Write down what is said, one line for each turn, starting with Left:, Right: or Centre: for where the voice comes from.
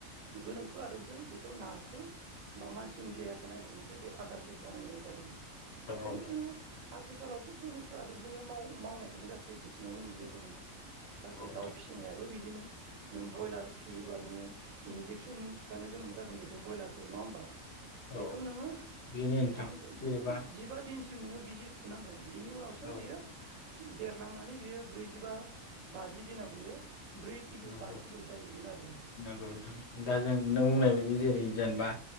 Right: गोनोखो आदबजों बेखौ नाखो। बा मानसिनि देहाखौ नायनानैसो बे आदारखौ बनायनाय जादों।
Left: नंगौ
Right: बेखायनो
Left: नोंथां
Right: जोङो। आथिखालावथ' गोनोखो आदबजोंनो माव मावनायखोनो गासै बि थिङावनो नुयो
Left: औ
Right: जोङो गासै
Left: औ नोंथां
Right: दाउ फिसिनायाबो बिद नों ब्रयलार
Left: औ
Right: फियो बा नोङो इनजेकसन नों थुफानो गोनां जागोन बेखौनो ब्रइलार औ नङा होनबा बेखौ
Left: औ
Right: नोङो।
Left: बेनो नोंथां
Right: थामजि ओ
Left: जेनेबा
Right: जिबा दिनसो सिम नोङो बिजि थुनांगोन बिनि उनावसो
Left: औ
Right: बियो देरलांनानै बियो ब्रैजिबा बाजि दिनाव बियो ब्रै किल'
Left: नंगौ
Right: बा किल' जाहैगोन आरो
Left: नोंगौ नोंथां दा जों नों बुंनाय बायदि जेरै जेनबा